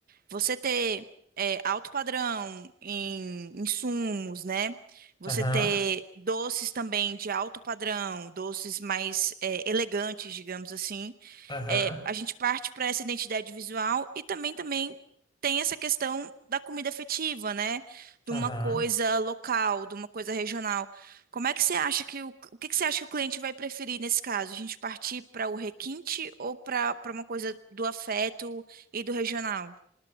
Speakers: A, on the right; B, on the left.
A: você ter é, alto padrão em insumos, né? Você
B: aham,
A: ter doces também de alto padrão, doces mais é, elegantes, digamos assim.
B: aham,
A: É, a gente parte para essa identidade visual e também também tem essa questão da comida afetiva, né? De
B: aham.
A: uma coisa local, de uma coisa regional. Como é que você acha que o, o que que você acha que o cliente vai preferir nesse caso? A gente partir para o requinte ou para para uma coisa do afeto e do regional?